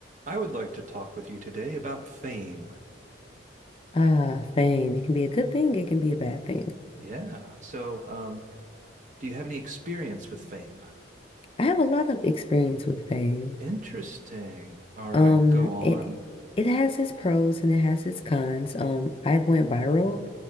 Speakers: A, on the right; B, on the left.
A: I would like to talk with you today about fame.
B: Ah, fame. It can be a good thing, it can be a bad thing.
A: Yeah. So, um, do you have any experience with fame?
B: I have a lot of experience with fame.
A: Interesting. All right,
B: Um,
A: go on.
B: it it has its pros and it has its cons. Um, I went viral